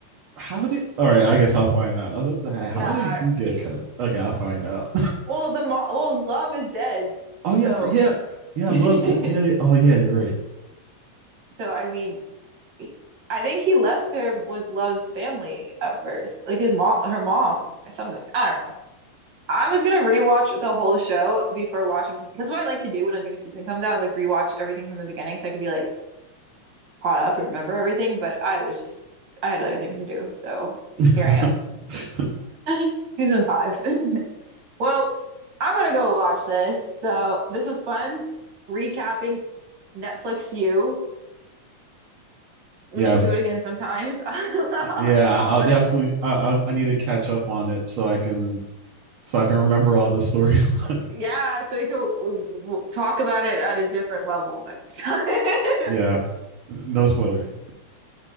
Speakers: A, on the right; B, on the right.
A: How did all right, I guess I'll find out. I was about to say hey, how
B: Yeah,
A: did he get
B: you,
A: cut? Okay, I'll find out.
B: Well, the mo well, love is dead.
A: <laughs> oh yeah,
B: So,
A: for yeah,
B: <laughs>
A: yeah,
B: so
A: love it. Yeah, yeah. oh yeah, you're right.
B: I mean, I think he left her with Love's family at first, like his mom, her mom, or something. I don't know. I was gonna rewatch the whole show before watching because what I like to do when a new season comes out is like rewatch everything from the beginning so I could be like caught up and remember everything. But I was just I had other things to do, so
A: <laughs>
B: here I am, <laughs> season five. <laughs> Well, I'm gonna go watch this. So this was fun recapping Netflix You. We
A: yeah,
B: should do it again sometimes. <laughs> I'll,
A: yeah,
B: I'll
A: I'll
B: let-
A: definitely I I need to catch up on it so I can so I can remember all the storylines.
B: yeah,
A: <laughs>
B: so we could w- w- talk about it at a different level next time. <laughs>
A: Yeah. No spoilers.